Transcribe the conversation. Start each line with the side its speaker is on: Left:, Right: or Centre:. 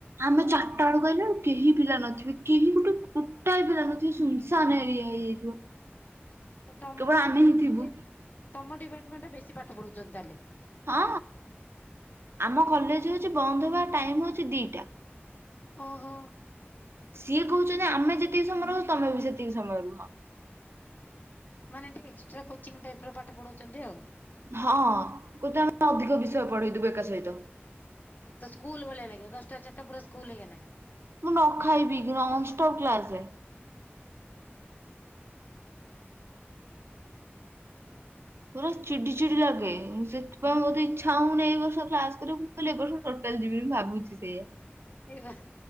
Right: ଆମେ
Left: ହଁ
Right: ଚାରିଟା ବେଳୁ କହିଲୁ ଆଉ କେହି ପିଲା ନଥିବେ କେହି ଗୋଟେ ଗୋଟାଏ ପିଲା ନଥିବେ ସୁନସାନ ଏରିଆ ହେଇଯାଇଥିବ
Left: ତମ
Right: କେବଳ ଆମେ
Left: ଡିପାର୍ଟମେଣ୍ଟ
Right: ହିଁ ଥିବୁ
Left: ତମ ଡିପାର୍ଟମେଣ୍ଟ ବେଶୀ ପାଠ ପଢଉଛନ୍ତି ତାହେଲେ
Right: ହଁ ଆମ କଲେଜ ହଉଛି ବନ୍ଦ ହବା ଟାଇମ ହଉଛି ଦିଟା
Left: ଓହୋ
Right: ସିଏ କହୁଛନ୍ତି ଆମେ ଯେତିକି ସମୟରୁ ହଉ ତମେ ବି ସେତିକି ସମୟରୁ ହ
Left: ମାନେ ଟିକେ ଏକ୍ସଟ୍ରା କୋଚିଂ ଟାଇପ ର ପାଠ ପଢଉଛନ୍ତି ଆଉ
Right: ହଁ ଗୋତେ ଆମେ ଅଧିକ ବିଷୟ ପଢେଇ ଦୁ ବ ଏକ ସହିତ
Left: ତ ସ୍କୁଲ ଭଳିଆ ଲାଗିବ ଦଶଟା ରୁ ଚାରିଟ ପୁରା ସ୍କୁଲ ହେଇଗଲା
Right: ମୁଁ ନ ଖାଇବି କି <unintelligible> କ୍ଲାସ ରେ
Left: ହଁ
Right: ପୁରା ଚିଡି ଚିଡି ଲାଗେଁ ସେଥିପାଇଁ ମୋତେ ଇଚ୍ଛା ହଉନି ଏଇ ବର୍ଷ କ୍ଲାସ କରିବାକୁ ମୁଁ କହିଲିଏ ବର୍ଷ ମୁ ଟୋଟାଲ ଯିବି ମୁ ଭାବୁଛି ସେ
Left: ଏଇ ବା